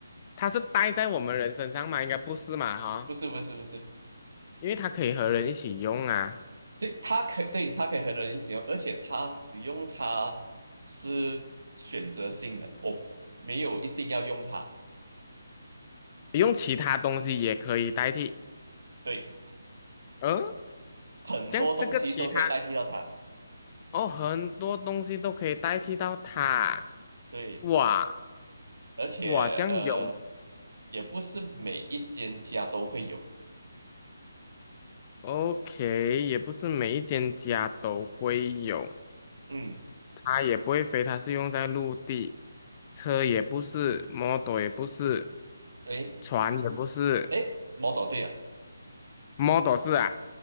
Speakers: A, on the left; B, on the right.
A: 它是戴在我们人身上吗？应该不是嘛，哈，
B: 不是不是不是。
A: 因为它可以和人一起用啊，
B: 对，它可以对它可以和人一起用，而且它使用它是选择性的，我没有一定要用它。
A: 用其他东西也可以代替。
B: 对，
A: 嗯、
B: 很多东西都可以代替到它。
A: 这样这个其他。哦，很多东西都可以代替到它。
B: 对，
A: 哇
B: 而且呃，
A: 哇，这样有
B: 也不是每一间家都会有。
A: OK，也不是每一间家都会有。
B: 嗯，
A: 它也不会飞，它是用在陆地，车也不是，model 也不是，
B: 对，
A: 船也不是
B: 诶，摩托对啊，
A: ，model 是啊。